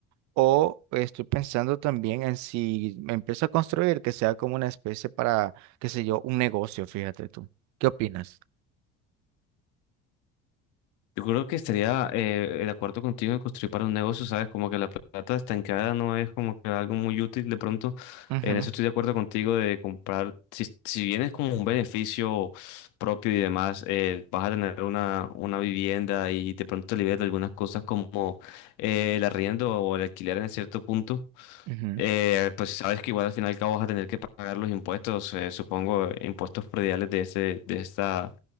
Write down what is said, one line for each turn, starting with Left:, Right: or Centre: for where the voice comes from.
Right: o estoy pensando también en si me empiezo a construir que sea como una especie para, qué sé yo, un negocio, fíjate tú. ¿Qué opinas?
Left: Yo creo que estaría eh, de acuerdo contigo en construir para un negocio, ¿sabes? Como que la plata estancada no es como que algo muy útil de pronto.
Right: Ujú,
Left: En eso estoy de acuerdo contigo de comprar, si, si bien es como un beneficio propio y demás, eh, vas a tener una, una vivienda y de pronto te liberas de algunas cosas como eh, el arriendo o el alquiler en cierto punto.
Right: ujú.
Left: Eh, pues sabes que igual al final y al cabo vas a tener que pagar los impuestos, eh, supongo, impuestos prediales de este, de esta,